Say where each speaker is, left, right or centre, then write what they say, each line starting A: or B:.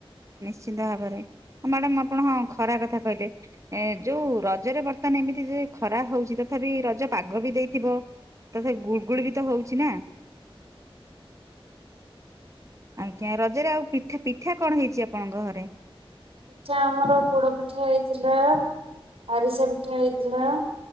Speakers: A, on the right; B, on the right.
A: ନିଶ୍ଚିନ୍ତ ଭାବରେ, ମ୍ୟାଡାମ୍ ଆପଣ ହଁ ଖରା କଥା କହିଲେ। ଏ ଯୋଉ ରଜରେ ବର୍ତ୍ତମାନ ଏମିତି ଯେ ଖରା ହଉଛି ତଥାପି ରଜ ପାଗ ବି ଦେଇଥିବ। ତ ସେ ଗୁଳୁଗୁଳି ବି ତ ହଉଛିି ନା। ଆଜ୍ଞା, ରଜରେ ଆଉ ପିଠା, ପିଠା କଣ ହେଇଛି ଆପଣଙ୍କ ଘରେ?
B: ପିଠା ଆମର ପୋଡ ପିଠା ହେଇଥିଲା, ଆରିସା ପିଠା ହେଇଥିଲା।